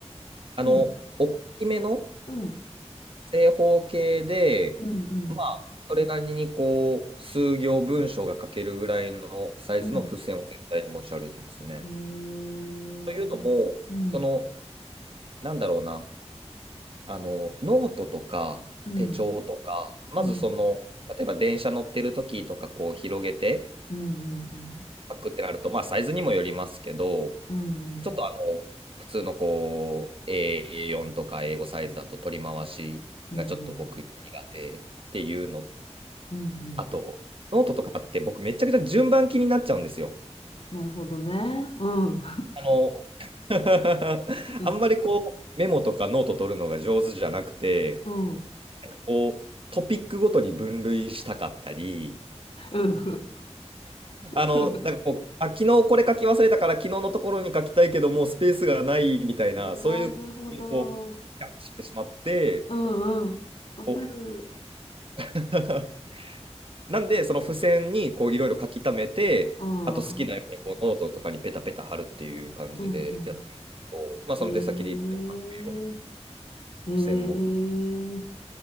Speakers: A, on the right; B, on the left.
A: あの、
B: うん、
A: 大きめの
B: うん、
A: 正方形で、
B: うん、うん。
A: まあ、それなりにこう、数行文章が書けるぐらいのサイズの付箋を絶対に持ち歩いてますね。
B: うんへえ。うん、
A: というのも、
B: うん、
A: その、なんだろうな、あの、ノートとか手帳とか、
B: うん、
A: まずその、
B: うん、
A: 例えば電車乗ってる時とか、こう、広げて
B: うん、
A: 書くってなると、まあ、サイズにもよりますけど、
B: うん、うん、
A: ちょっとあの、
B: うん、
A: 普通のこう、A4 とか英語サイズだと取り回しがちょっと僕苦手。
B: うん、うん、
A: っていうの
B: うん、うん。
A: あと、ノートとかって僕めちゃくちゃ順番気になっちゃうんですよ。
B: なるほどね。うん、
A: あの、<laughs>
B: <laughs>
A: あんまりこうメモとかノート取るのが上手じゃなくて、
B: うん、うん、
A: こうトピックごとに分類したかったり、
B: うん。<laughs>
A: あの、なんかこう、あ、昨日これ書き忘れたから昨日のところに書きたいけどもうスペースがないみたいな、
B: なるほど。
A: そういう、こう、キャッチしてしまって、
B: うん、うん。わかる。
A: こう <laughs> なんで、その付箋にこういろいろ書き溜めて、
B: うん、
A: あと好きなようにこうノートとかにペタペタ貼るっていう感じでやってるんですけど、
B: うん、うん。
A: まあその出先でいつでも書けるように
B: へえ。へえ。
A: 付箋も、